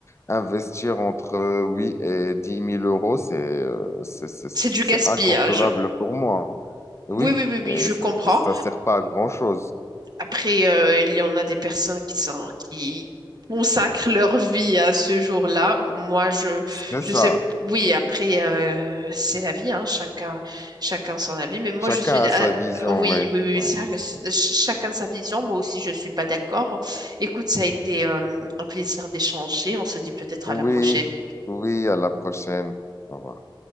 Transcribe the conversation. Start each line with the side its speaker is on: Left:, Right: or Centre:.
Left: investir entre euh, 8 et dix mille euros, c'est euh, c'est c'est-
Right: C'est
Left: c'est
Right: du gaspillage.
Left: inconcevable pour moi. Oui,
Right: Oui, oui, oui, oui,
Left: et,
Right: je
Left: ça
Right: comprends.
Left: et ça sert pas à grand-chose.
Right: Après, euh, il y en a des personnes qui sont, qui consacrent leur vie à ce jour-là. Moi, je,
Left: C'est
Right: je
Left: ça.
Right: sais, oui, après, euh, c'est la vie, hein, chacun, chacun son avis. Mais moi,
Left: Chacun
Right: je suis,
Left: a
Right: ah,
Left: sa vision,
Right: oui,
Left: ouais.
Right: oui, oui, oui,
Left: Ouais.
Right: c'est vrai que c'est- ch- chacun sa vision. Moi aussi, je suis pas d'accord. Écoute, ça a été, euh, un plaisir d'échanger. On se dit peut-être
Left: Oui,
Right: à la prochaine.
Left: oui, à la prochaine. Au revoir.